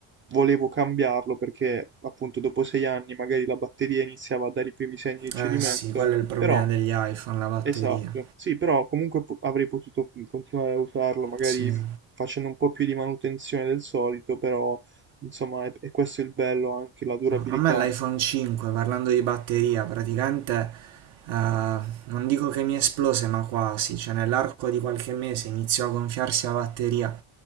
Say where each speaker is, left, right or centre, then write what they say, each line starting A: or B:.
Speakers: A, on the right; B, on the right.
A: volevo cambiarlo perché appunto dopo sei anni magari la batteria iniziava a dare i primi segni di Eh, cedimento,
B: eh sì, quello è il problema
A: però
B: degli iPhone, la batteria.
A: esatto, sì, però comunque po- avrei potuto mm, continuare a usarlo magari
B: Sì.
A: mm, facendo un po' più di manutenzione del solito, però insomma è, è questo il bello anche la durabilità.
B: A me l'iPhone 5, parlando di batteria, praticamente Eh, non dico che mi esplose, ma quasi, cioè nell'arco di qualche mese iniziò a gonfiarsi la batteria